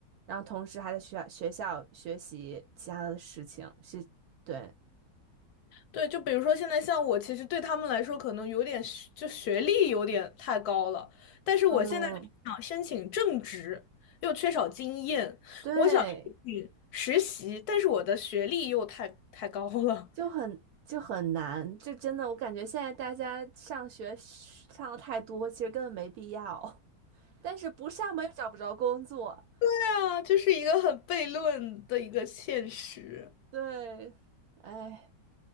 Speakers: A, on the right; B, on the left.
A: 然后同时还在学校学校学习其他的事情，是，对，
B: 对，就比如说现在像我，其实对他们来说可能有点学就学历有点太高了，但是我现在就想申请正职，
A: 嗯，
B: 又缺少经验，
A: 对，
B: 我想申请实习，但是我的学历又太太高了，
A: 就很就很难，就真的我感觉现在大家上学上的太多，其实根本没必要，<laughs> 但是不上嘛又找不着工作，
B: <laughs> 对啊，就是一个很悖论的一个现实，
A: 对，哎，